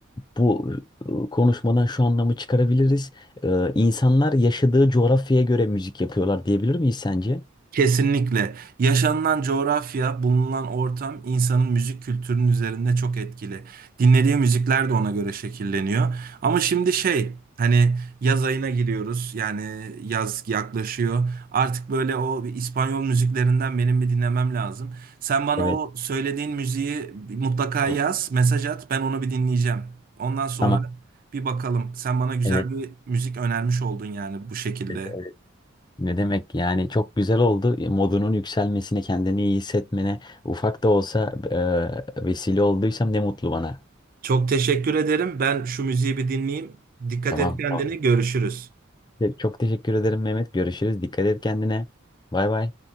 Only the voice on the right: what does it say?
Kesinlikle. Yaşanılan coğrafya, bulunan ortam insanın müzik kültürünün üzerinde çok etkili. Dinlediği müzikler de ona göre şekilleniyor. Ama şimdi şey, hani yaz ayına giriyoruz. Yani yaz yaklaşıyor. Artık böyle o bir İspanyol müziklerinden benim bir dinlemem lazım. Sen bana
o söylediğin müziği mutlaka
yaz, mesaj at. Ben onu bir dinleyeceğim. Ondan sonra
bir bakalım. Sen bana güzel
bir müzik önermiş oldun yani bu şekilde.
Çok teşekkür ederim. Ben şu müziği bir dinleyeyim. Dikkat
et kendine.
Görüşürüz.